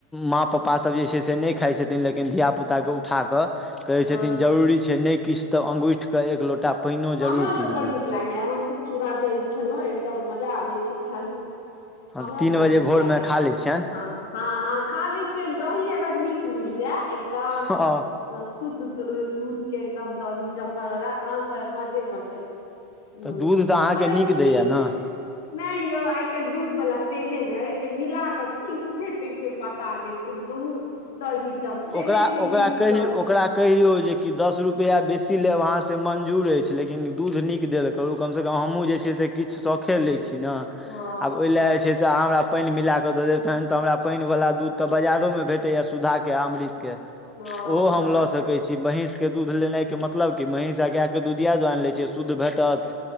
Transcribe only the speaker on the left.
हँ
हमरा
तऽ
बड़
नीक लागैए हम तऽ चूड़ा दही खेलहुँ एकदम मजा आबैत छै खाय मे
हमरा
बड
नीक
लागयै
ह ह ह खा लै छियन दही अगर नीक मिल जाय एकदम
शुद्ध दूध के एकदम दही जमलवला तहनत मजे मजे ओ
मतलब
कीक
नहि यौ आइ काल्हि दूध वला तेहन ऐ जे मिला क की फेटे छै पता नहि त दूध दही जमते
नहि छै
नीकसँ
हँ
हँ
बताउ